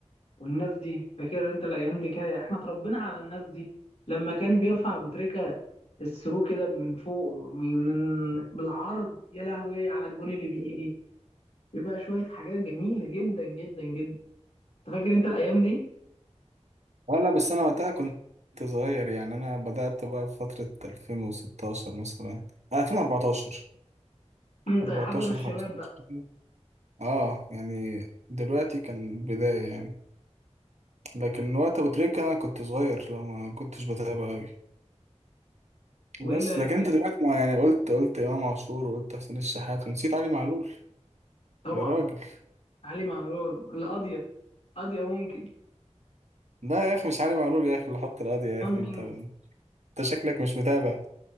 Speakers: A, on the left; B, on the right.
A: والناس دي فاكر انت الايام دي كده احنا اتربينا على الناس دي لما كان بيرفع ابو تريكه الثرو كده من فوق من من- بالعرض يا لهوي على الجون اللي بيجي بيبقى شويه حاجات جميله جدا جدا جدا انت فاكر انت الايام دي
B: ولا بس أنا وقتها كنت صغير يعني أنا بدأت بقى في فترة 2016 مثلا آه، 2014
A: انت
B: 14
A: حضر الشباب
B: 15
A: بقى
B: اه يعني دلوقتي كان بداية يعني لكن وقت ابو تريكة انا كنت صغير لا ما كنتش بتابع قوي
A: والا
B: بس لكن انت دلوقتي ما يعني قلت قلت امام عاشور وقلت حسين الشحات ونسيت علي معلول
A: طبعا
B: يا راجل
A: علي معلول القاضيه قاضيه ممكن
B: لا يا اخي مش علي معلول يا اخي اللي حط القضية يا
A: امال
B: اخي
A: مين
B: انت انت شكلك مش متابع